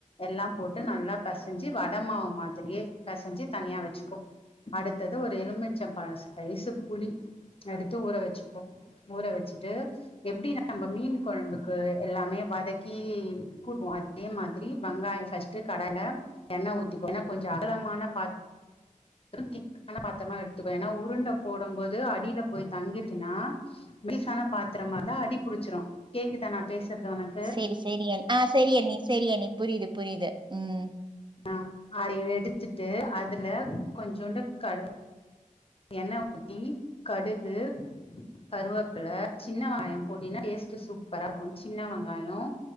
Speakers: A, on the left; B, on the right.
A: எல்லாம் போட்டு நல்லா பெசஞ்சு வட மாவு மாதிரியே பெசஞ்சு தனியா வச்சுக்கோ அடுத்தது ஒரு எலுமிச்ச பழ சைசு புளி எடுத்து ஊற வச்சுக்கோ ஊற வச்சுட்டு எப்டி நம்ம மீன் கொழம்புக்கு எல்லாமே வதக்கி கூட்டுவோ அதே மாதிரி வெங்காயம் ஃபர்ஸ்ட் கடாய்ல எண்ணெய் ஊத்திக்கோ ஏன்னா கொஞ்சோ அகலமான பாத் திக்கான பாத்ரமா எடுத்துகோ ஏன்னா உருண்ட போடும் போது அடில போய் தங்கிருச்சுனா பீசான பாத்ரமா ருந்தா அடி புடிச்சிரு கேக்குதா நா பேசுறது உனக்
B: சேரி சேரி ஆ சேரியண்ணி சேரியண்ணி புரியுது புரியுது ம்
A: ஆ அத எடுத்துட்டு அதுல கொஞ்சோண்டு க எண்ண ஊத்தி கடுகு கருவேப்புல சின்ன வெங்காய போட்டினா டேஸ்ட் சூப்பரா இருக்கும் சின்ன வெங்காயோ